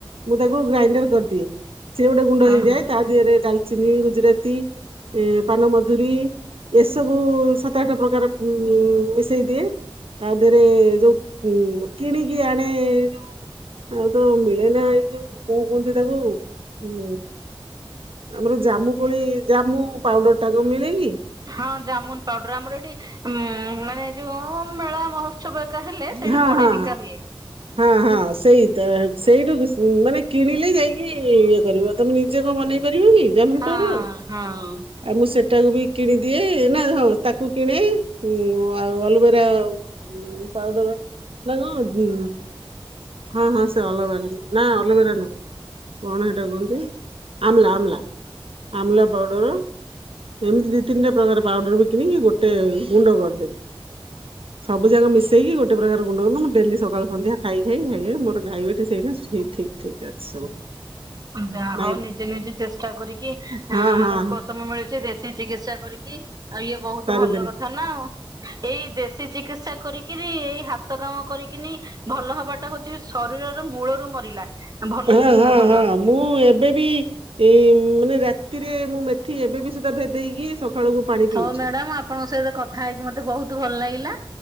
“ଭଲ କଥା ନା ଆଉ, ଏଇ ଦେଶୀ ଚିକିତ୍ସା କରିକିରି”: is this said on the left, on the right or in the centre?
Right